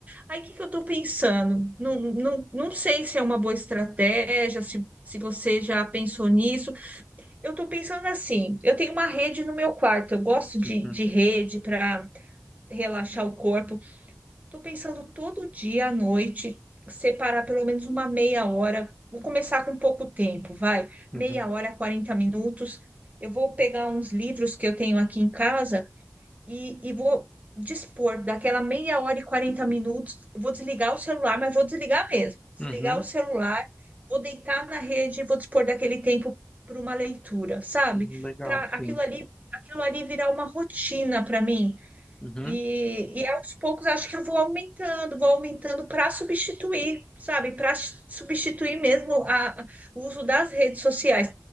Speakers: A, on the right; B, on the left.
A: Aí o que que eu estou pensando? Não, não, não sei se é uma boa estratégia, se, se você já pensou nisso. Eu estou pensando assim: eu tenho uma rede no meu quarto, eu gosto de,
B: uhum,
A: de rede para relaxar o corpo Estou pensando todo dia à noite separar pelo menos uma meia hora. Vou começar com pouco tempo, vai.
B: uhum,
A: Meia hora, 40 minutos. Eu vou pegar uns livros que eu tenho aqui em casa e, e vou dispor daquela meia hora e 40 minutos. Eu Vou desligar o celular, mas vou desligar mesmo. Desligar
B: uhum.
A: o celular, vou deitar na rede e vou dispor daquele tempo para uma leitura, sabe?
B: Uhum, Legal,
A: Para aquilo
B: sim.
A: ali, aquilo ali virar uma rotina para mim.
B: Uhum,
A: E, e aos poucos acho que eu vou aumentando, vou aumentando para substituir, sabe? Para substituir mesmo a- o uso das redes sociais.